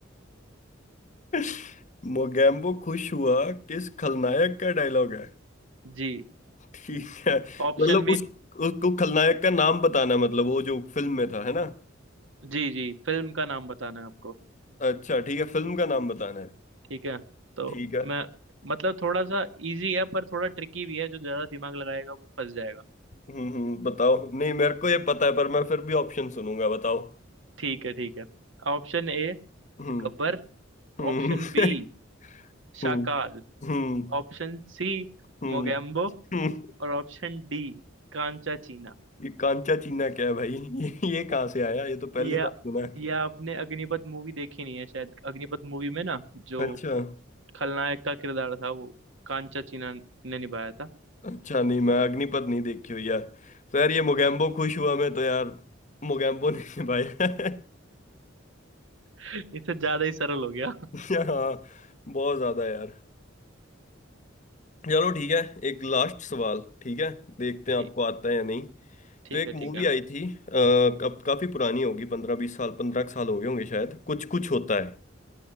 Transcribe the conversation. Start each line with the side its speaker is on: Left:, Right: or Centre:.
Left: <laughs> मोगैम्बो खुश हुआ किस खलनायक
Right: <laughs>
Left: का डायलॉग है
Right: जी
Left: ठीक है
Right: ऑप्शन
Left: मतलब
Right: भी
Left: उस उसको खलनायक का नाम बताना है, मतलब वो जो फिल्म में था है ना
Right: जी जी फिल्म का नाम बताना है आपको
Left: अच्छा ठीक है फिल्म का नाम बताना है
Right: ठीक है तो
Left: ठीक है
Right: मैं मतलब थोड़ा सा इजी है पर थोड़ा ट्रिकी भी है जो ज्यादा दिमाग लगाएगा वो फंस जाएगा
Left: हम्म हम्म, बताओ नहीं मेरे को ये पता है पर मैं फिर भी ऑप्शन सुनूंगा बताओ
Right: ठीक है ठीक है Option A
Left: हम्म
Right: Gabbar
Left: हम्म
Right: Option B
Left: <laughs>
Right: Shakaal
Left: हम्म हम्म
Right: Option C
Left: हम्म
Right: Mogambo
Left: हम्म।
Right: और ऑप्शन डी कांचा चीना।
Left: ये कांचा चीना क्या है भाई ये, ये कहाँ से आया ये तो पहली
Right: या
Left: बार सुना है
Right: या आपने अग्निपथ मूवी देखी नहीं है शायद अग्निपथ मूवी में ना जो
Left: अच्छा
Right: खलनायक का किरदार था वो कांचा चीना ने निभाया था
Left: अच्छा नहीं मैं अग्निपथ नहीं देखी हुई यार तो यार ये मोगैम्बो खुश हुआ मैं तो यार मोगैम्बो नहीं भाई <laughs>
Right: <laughs> इससे ज्यादा ही सरल हो गया
Left: <laughs> हाँ बहुत ज्यादा यार चलो ठीक है एक लास्ट सवाल ठीक है देखते
Right: ठीक
Left: हैं आपको आता है या नहीं
Right: ठीक
Left: तो एक
Right: है ठीक
Left: मूवी
Right: है
Left: आई थी आ, कब काफी पुरानी होगी पंद्रह बीस साल पंद्रह साल हो गए होंगे शायद कुछ कुछ होता है